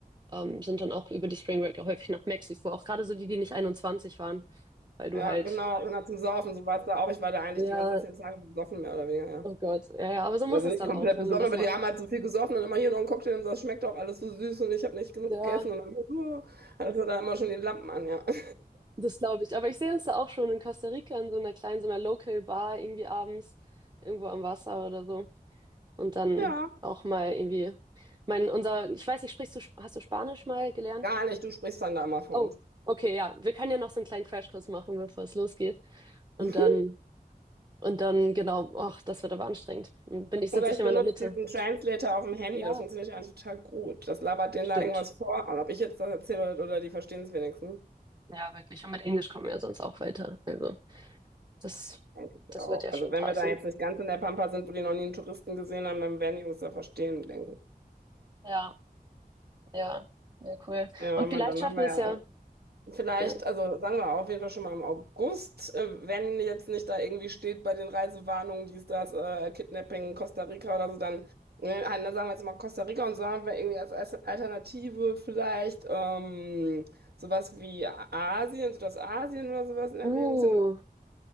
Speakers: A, on the right; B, on the right.
A: ähm, sind dann auch über die Spring Break auch häufig nach Mexiko, auch gerade so die, die nicht 21 waren, weil du
B: Ja,
A: halt,
B: genau, genau zum Saufen, so war es da auch. Ich war da eigentlich
A: ja,
B: die ganzen zehn Tage besoffen, mehr oder weniger, ja.
A: oh Gott, ja, ja, aber so muss
B: Also
A: es
B: nicht
A: dann
B: komplett
A: auch, wenn
B: besoffen,
A: man das
B: aber
A: macht.
B: die haben halt so viel gesoffen und immer hier noch einen Cocktail und so, das schmeckt auch alles so süß und ich habe nicht genug
A: Ja,
B: gegessen und dann uh, hatte da immer schon die Lampen an, ja. <laughs>
A: das glaube ich. Aber ich sehe uns da auch schon in Costa Rica in so einer kleinen, so einer Local Bar irgendwie abends, irgendwo am Wasser oder so. Und dann
B: Ja,
A: auch mal irgendwie, mein, unser, ich weiß nicht, sprichst du, hast du Spanisch mal gelernt?
B: gar nicht, du sprichst dann da immer von
A: Oh,
B: uns.
A: okay, ja. Wir können ja noch so einen kleinen Crashkurs machen, bevor es losgeht. Und
B: <laughs>
A: dann, und dann, genau, ach, das wird aber anstrengend. Und Bin ich, sitze
B: Oder
A: ich
B: ich benutze
A: immer in der Mitte.
B: diesen Translator auf dem Handy,
A: Ja,
B: das funktioniert ja eigentlich total gut. Das labert denen
A: stimmt.
B: da irgendwas vor und ob ich jetzt das erzähle oder, oder die verstehen es wenigstens.
A: Ja, wirklich. Und mit Englisch kommen wir ja sonst auch weiter. Also, das,
B: Denke ich
A: das
B: auch.
A: wird ja
B: Also
A: schon
B: wenn
A: passen.
B: wir da jetzt nicht ganz in der Pampa sind, wo die noch nie einen Touristen gesehen haben, dann werden die uns da verstehen, denke ich.
A: Ja, ja, ja, cool.
B: Ja,
A: Und
B: man,
A: vielleicht
B: dann
A: schaffen
B: haben wir
A: wir es
B: ja
A: ja.
B: Vielleicht,
A: Ja.
B: also sagen wir auf jeden Fall schon mal im August, äh, wenn jetzt nicht da irgendwie steht bei den Reisewarnungen, dies, das, äh, Kidnapping, Costa Rica oder so, dann, äh, dann sagen wir jetzt mal Costa Rica und so haben wir irgendwie als As- Alternative vielleicht ähm, sowas wie Asien, Südostasien oder sowas in Erwägung
A: Uh,
B: ziehen.